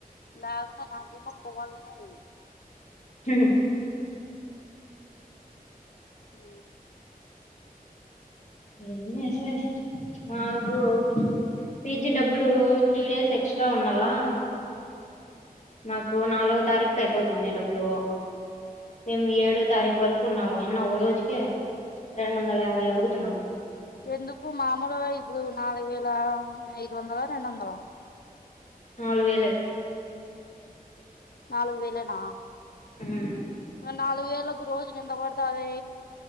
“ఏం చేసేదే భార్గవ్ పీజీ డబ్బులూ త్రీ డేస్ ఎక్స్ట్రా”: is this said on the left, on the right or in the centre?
Left